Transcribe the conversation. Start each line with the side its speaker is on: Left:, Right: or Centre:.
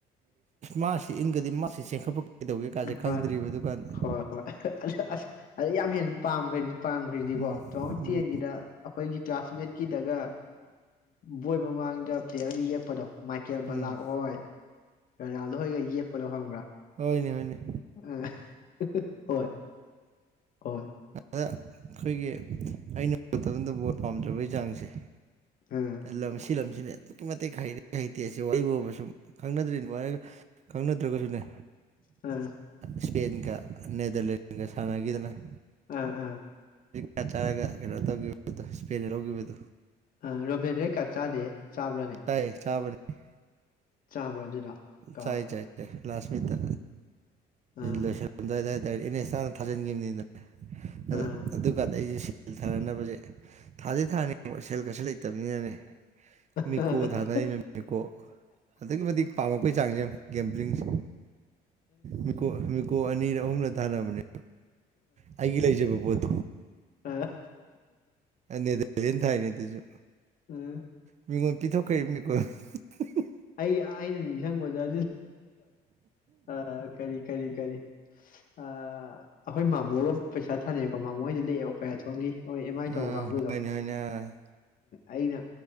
Right: ꯃꯥꯁꯤ ꯏꯟꯒꯗꯤ ꯃꯥꯁꯤ ꯆꯦꯟꯈꯠꯄ ꯀꯩꯗꯧꯒꯦ ꯀꯥꯁꯦ ꯈꯪꯗ꯭ꯔꯤꯕ
Left: ꯍꯣꯏ
Right: ꯑꯗꯨꯀꯥꯟꯗ
Left: ꯍꯣꯏ ꯑꯁ ꯑ ꯌꯥꯝ ꯍꯦꯟꯅ ꯄꯥꯝꯈ꯭ꯔꯅꯤ ꯄꯥꯝꯈ꯭ꯔꯤꯗꯤꯀꯣ
Right: ꯎꯝ
Left: ꯇꯨ ꯊꯥꯎꯖꯟ ꯇꯦꯟꯒꯤꯗ
Right: ꯎꯝ
Left: ꯑꯩꯈꯣꯏꯒꯤ ꯀ꯭ꯂꯥꯁꯃꯦꯠꯀꯤꯗꯒ ꯕꯣꯏ ꯃꯃꯥꯡꯗ ꯄ꯭ꯂꯦꯌꯔ ꯌꯦꯛꯄꯗꯣ ꯃꯥꯏꯀꯦꯜ ꯕꯂꯛ
Right: ꯎꯝ
Left: ꯍꯣꯏ ꯀꯥꯗꯣꯏꯒ ꯌꯦꯄꯣꯪꯕ꯭ꯔꯅꯤ
Right: ꯍꯣꯏꯅꯤ ꯍꯅꯦ
Left: ꯑ ꯍꯣꯏ ꯍꯣꯏ
Right: ꯍ ꯑꯩꯈꯣꯏꯒꯤ ꯑꯩꯅ ꯑꯗꯨ ꯃꯇꯝꯗ ꯕꯣꯠ ꯄꯥꯝꯖꯕꯒꯤ ꯆꯥꯡꯁꯦ
Left: ꯑ
Right: ꯂꯝꯁꯤ ꯂꯝꯁꯤꯅꯦ ꯃꯇ ꯈ ꯍꯥꯏꯦꯕꯨ ꯈꯪꯅꯗ꯭ꯔꯤꯅꯤꯅꯨꯡ ꯋꯥꯒ ꯈꯪꯅꯗ꯭ꯔꯒꯁꯨꯅꯦ
Left: ꯑꯝ
Right: ꯏꯁ꯭ꯄꯦꯟꯒ ꯅꯦꯗꯔꯂꯦꯟꯀ ꯁꯥꯟꯅ ꯀꯈꯤꯗꯅꯅꯥ
Left: ꯎꯝ ꯎꯝ
Right: ꯆ ꯆꯥꯔꯒ ꯀꯩꯅꯣ ꯇꯧꯈꯤꯕꯗꯣ ꯏꯁꯄꯦꯔꯤ ꯂꯧꯈꯤꯕꯗꯣ
Left: ꯑ ꯔꯣꯕꯟ ꯔꯦꯈꯥ ꯆꯥꯗꯦ ꯆꯥꯕ꯭ꯔꯥꯅꯦ
Right: ꯇꯥꯏꯌꯦ ꯆꯕ <unintelligible>
Left: ꯆꯥꯕ꯭ꯔꯥ ꯑꯗꯨꯗꯣ ꯀꯥꯎꯔꯦ
Right: ꯆꯥꯏ ꯆꯥꯏ ꯆꯥꯏ ꯂꯥꯁꯃꯤꯠꯇ
Left: ꯑꯥ
Right: ꯂꯣꯏꯁꯜꯂꯝꯗꯥꯏ ꯑꯗꯥꯏꯗ ꯇꯗꯥ ꯑꯦꯟ ꯑꯦ ꯏꯁꯥꯅ ꯊꯥꯖꯤꯟꯈꯤꯕꯅꯤꯅ ꯑ
Left: ꯑꯥ
Right: ꯑꯗꯨꯥꯟꯗ ꯑꯩ ꯁꯦꯜ ꯊꯥꯔꯅꯕꯁꯦ ꯊꯥꯗꯤꯩ ꯊꯥꯅꯤ ꯁꯦꯜ ꯀꯁꯨ ꯂꯩꯇꯕꯅꯤꯅꯅꯦ ꯃꯤꯀꯣ
Left: ꯑꯥ
Right: ꯊꯥꯅꯏ ꯃꯤꯀꯣ ꯑꯗꯨꯒꯤ ꯃꯇꯤꯛ ꯄꯥꯝꯃꯛꯄꯩ ꯆꯥꯡꯁꯦ ꯒꯦꯝꯕ꯭ꯂꯤꯡꯁꯦ ꯃꯤꯀꯣ ꯃꯤꯀꯣ ꯑꯅꯤꯔ ꯑꯍꯨꯝꯂ ꯊꯥꯕꯅꯤ ꯑꯩꯒꯤ ꯂꯩꯖꯕ ꯄꯣꯠ
Left: ꯑ
Right: ꯅꯦꯗꯔꯂꯦꯟ ꯊꯥꯏꯅꯦ ꯑꯗꯨꯁꯨ
Left: ꯎꯝ
Right: ꯃꯉꯣꯟ ꯄꯤꯊꯣꯛꯈꯩ ꯃꯤꯒꯣꯟ ꯎ
Left: ꯑꯩ ꯑꯩꯅ ꯅꯤꯡꯁꯤꯡꯕ ꯂ ꯑ ꯈꯔꯤ ꯈꯔꯤꯔꯤ ꯑ ꯑꯩꯈꯣꯏ ꯃꯥꯃꯣꯒ ꯄꯩꯁꯥ ꯊꯥꯅꯩꯀꯣ ꯃꯃꯣꯍꯣꯏꯗ ꯂꯦꯛꯑꯦ ꯑꯩꯈꯣꯏ ꯑꯊꯣꯝꯒꯤ ꯍꯣꯏ ꯑꯦꯝ ꯑꯥꯏ
Right: ꯑꯥ
Left: ꯇꯧꯕ ꯀꯥꯡꯕꯨꯗꯣ
Right: ꯍꯣꯏꯅꯦ ꯍꯣꯏꯅꯦ ꯑꯥ
Left: ꯑꯩꯅ